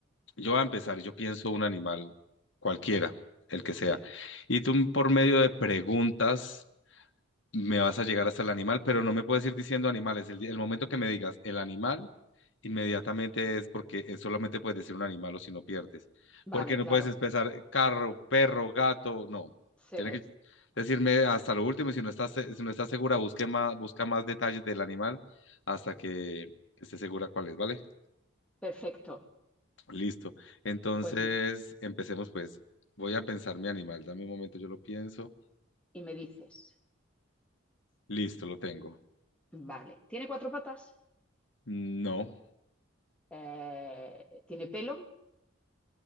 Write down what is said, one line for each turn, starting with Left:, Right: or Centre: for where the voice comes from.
Left: Yo voy a empezar, yo pienso un animal, cualquiera, el que
Centre: Sí,
Left: sea. Y tú por medio de preguntas me vas a llegar hasta el animal, pero no me puedes ir diciendo animales. El, di- el momento que me digas el animal, inmediatamente es porque eh, solamente puedes decir un animal o si no pierdes.
Centre: vale,
Left: Porque no
Centre: claro.
Left: puedes empezar carro, perro, gato, no.
Centre: Sí,
Left: Tiene que decirme hasta lo último y si no estás, se- si no estás segura, busque más, busca más detalles del animal hasta que esté segura cuál es, ¿vale?
Centre: perfecto.
Left: Listo. Entonces,
Centre: Pues no.
Left: empecemos pues. Voy a pensar mi animal. Dame un momento, yo lo pienso.
Centre: Y me dices,
Left: Listo, lo tengo.
Centre: vale, ¿tiene cuatro patas?
Left: No.
Centre: Eh, ¿tiene pelo?